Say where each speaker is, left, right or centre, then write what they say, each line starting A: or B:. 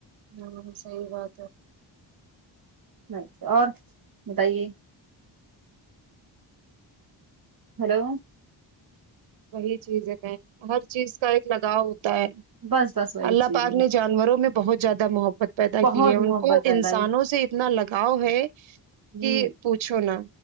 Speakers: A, on the right (about 75°); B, on the right (about 45°).
A: ہاں صحیح بات ہے
B: ب اور بتائیے ہلو
A: وہی چیز ہے ہر چیز کا ایک لگاؤ ہوتا ہے
B: بس بس وہی
A: اللہ
B: چیز
A: پاک نے جانوروں میں بہت زیادہ محبت پیدا
B: بہت
A: کی ہے ان
B: محبت
A: کو
B: ہے
A: انسانوں
B: بھائی
A: سے اتنا لگاؤ ہے
B: ہ
A: کہ پوچھو نا